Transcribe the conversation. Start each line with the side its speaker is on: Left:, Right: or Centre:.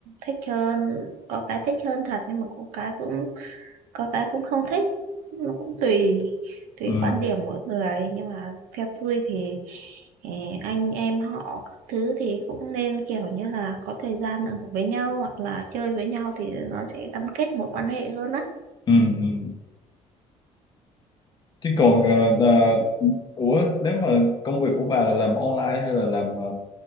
Right: thích hơn, có cái thích hơn thật nhưng mà có cái cũng có cái cũng không thích nó cũng tùy tùy
Left: Ừ.
Right: quan điểm mỗi người nhưng mà theo tôi thì eh, anh em họ các thứ thì cũng nên kiểu như là có thời gian ở với nhau hoặc là chơi với nhau thì nó sẽ gắn kết mối quan hệ hơn á
Left: Ừ. ừ, ừ. Chứ còn ờ, là- ủa nếu mà công việc của bà là làm online hay là làm ờ,